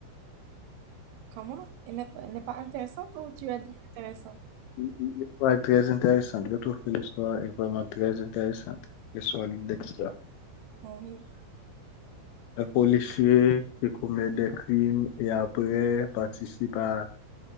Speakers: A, on the right (about 80°); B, on the left (about 80°).
A: Comment? Elle n'est pas elle n'est pas intéressante ou tu as dit intéressante?
B: L'histoire est très intéressante. Je trouve que l'histoire est vraiment très intéressante. L'histoire de Dexter.
A: Ah Oui.
B: Un policier qui commet des crimes et après participe à